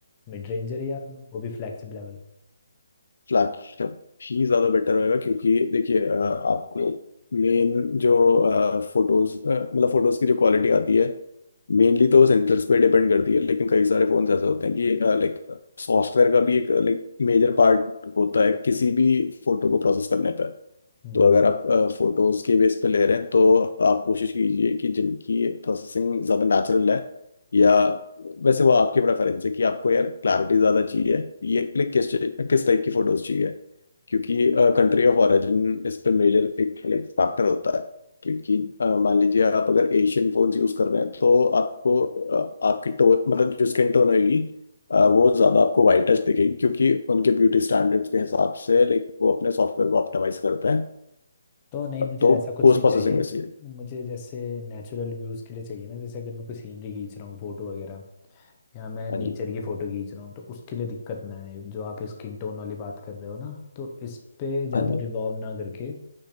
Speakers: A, on the left; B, on the left.
A: मिड रेंजर या वो भी फ्लैगशिप लेवल
B: फ्लैट शॉट ही ज़्यादा बेटर होएगा क्योंकि देखिए अ, आपको मेन जो फोटोज मतलब फोटोज की जो क्वालिटी आती है मेनली तो सेंसर्स पे डिपेंड करती है लेकिन कई सारे फोन ऐसे होते हैं कि लाइक सॉफ्टवेयर का भी एक लाइक मेजर पार्ट होता है किसी भी फोटो को प्रोसेस करने पे
A: हम्म
B: तो अगर आप फोटोज के बेस पे ले रहे हैं तो आप कोशिश कीजिए कि जिनकी प्रोसेसिंग ज्यादा नेचुरल है या वैसे वो आपकी प्रेफरेंस है कि आपको यार क्लैरिटी ज्यादा चाहिए ये क्लिक किस किस टाइप की फोटोज चाहिए क्योंकि कंट्री ऑफ ओरिजिन इस पे मेजर एक फैक्टर होता है क्योंकि अ, मान लीजिए आप अगर एशियन फोन यूज कर रहे हैं तो आपको अ, आपकी टोन मतलब जो स्किन टोन होगी अ, वो ज्यादा आपको वाइटिश दिखेगी क्योंकि उनके ब्यूटी स्टैंडर्ड्स के हिसाब से लाइक वो अपने सॉफ्टवेयर को ऑप्टिमाइज करते हैं
A: तो नहीं मुझे
B: तो
A: ऐसा कुछ
B: पोस्ट
A: नहीं
B: प्रोसेसिंग
A: चाहिए
B: में चाहिए
A: मुझे जैसे नेचुरल व्यूज़ के लिए चाहिए ना जैसे अगर मैं कोई सीनरी खींच रहा हूँ फोटो वगैरह या मैं
B: हाँ
A: नेचर
B: जी
A: की फोटो खींच रहा हूँ तो उसके लिए दिक्कत ना आए जो आप स्किन टोन वाली बात कर रहे हो ना तो इस पे ज़्यादा
B: हाँ जी
A: रिवॉल्व ना करके